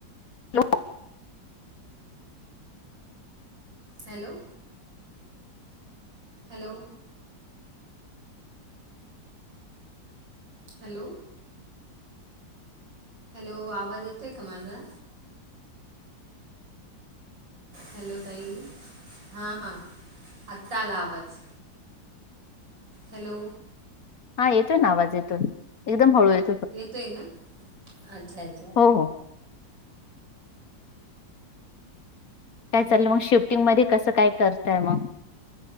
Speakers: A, on the left (about 55°); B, on the right (about 75°).
A: <unintelligible>
B: Hello? Hello. Hello hello, आवाज येतोय का माझा? हॅलो ताई. हा, हा आता आला आवाज. हॅलो.
A: हा येतोय ना आवाज येतोय, एकदम हळू येतो.
B: येतोय ना? अच्छा- अच्छा.
A: हो हो काय चाललंय मग? शिफ्टिंगमध्ये कसं काय करतंय मग?